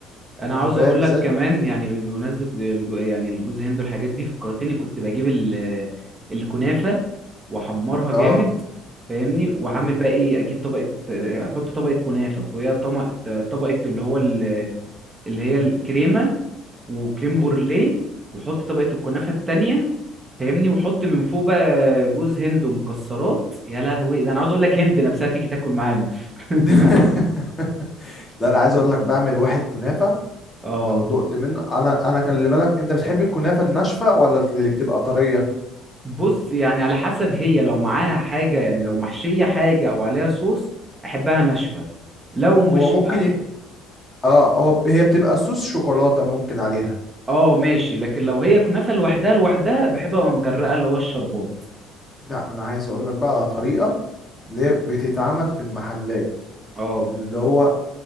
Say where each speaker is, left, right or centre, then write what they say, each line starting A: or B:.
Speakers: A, on the right; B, on the left.
A: انا عاوز
B: انت فاهم
A: اقول
B: ازاي
A: لك كمان يعني بمناسبه الجو- يعني الجوز هند والحاجات دي فكرتني كنت بجيب ال- الكنافه واحمرها جامد
B: اه
A: فاهمني واعمل
B: امم
A: بقى ايه اجيب طبقه احط طبقه كنافه فوقيها طبقه طبقه اللي هو ال- اللي هي الكريمه وكريم
B: امم
A: بورليه واحط طبقه الكنافه التانية فاهمني واحط من فوق بقى جوز هند ومكسرات يا لهوي ده انا عاوز اقول لك هند نفسها تيجي تاكل معانا <laughs>
B: <laughs> لا انا عايز اقول لك بعمل واحد كنافه
A: اه
B: لو دقت منه انا انا خلي بالك انت بتحب الكنافه الناشفه ولا اللي بتبقى طريه
A: بص يعني على حسب هي لو معاها حاجة يعني لو محشية حاجة أو عليها صوص أحبها ناشفة لو مش
B: هو ممكن
A: مع
B: اه هو هي بتبقى صوص شوكولاتة ممكن عليها
A: اه ماشي لكن لو هي كنافة لوحدها لوحدها بحبها وهي مغرقة اللي هو الشربات
B: لا انا عايز اقول لك بقى على طريقة اللي هي بتتعمل في المحلات
A: اه
B: اللي هو